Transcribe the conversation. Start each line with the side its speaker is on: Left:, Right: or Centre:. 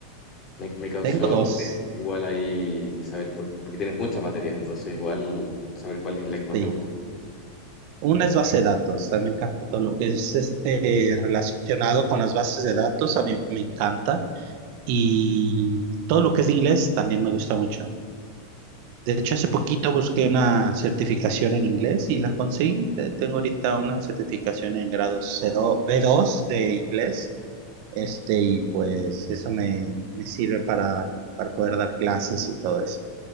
Left: me, me causó
Right: Tengo dos,
Left: igual ahí saber, por- porque tienes muchas materias, entonces igual saber cuál es la que más
Right: sí.
Left: te gusta.
Right: Una es base de datos, a mí me encanta todo lo que es este relacionado con las bases de datos, a mí me encanta. y todo lo que es de inglés también me gusta mucho. De hecho, hace poquito busqué una certificación en inglés y la conseguí. Eh, Tengo ahorita una certificación en grado c dos b dos de inglés. Este, y pues eso me, me sirve para, para poder dar clases y todo eso.